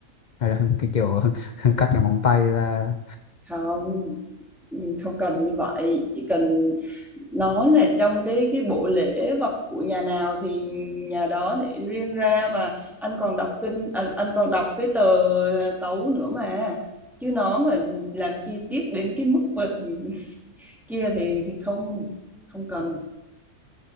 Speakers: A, on the left (about 60°); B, in the centre.
A: hay là cái kiểu <laughs> cắt cái móng tay ra
B: không không cần như vậy chỉ cần nó là trong cái cái bộ lễ vật của nhà nào thì nhà đó để riêng ra và anh còn đọc kinh anh, anh còn đọc cái tờ tấu nữa mà chứ nó mà làm chi tiết đến cái mức mà <laughs> kia thì, thì không không cần